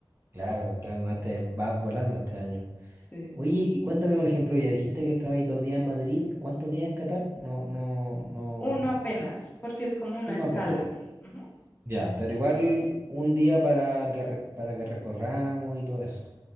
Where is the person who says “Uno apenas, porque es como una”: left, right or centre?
Left